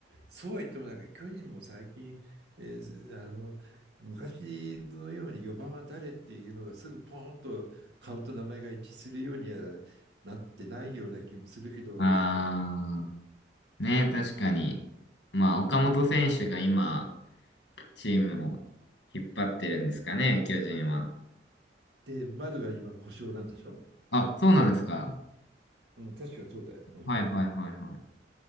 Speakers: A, on the right; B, on the left.
A: そうは言ってもなんか巨人も最近、えーあの昔のように4番は誰っていうのがすぐポーンと顔と名前が一致するようにはなってないような気もするけど、
B: あー。ね、確かに。まあ、岡本選手が今、チームを引っ張ってるんですかね、巨人は。
A: で、丸が今故障なんでしょ
B: あ、そうなんですか。
A: うん、確かそうだよ。うん。
B: はいはいはいはい。